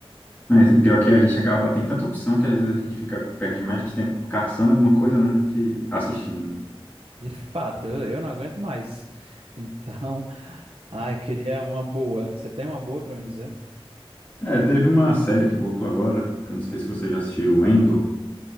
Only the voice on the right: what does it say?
De fato, eu, eu não aguento mais. Então, ai, queria uma boa. Você tem uma boa para me dizer?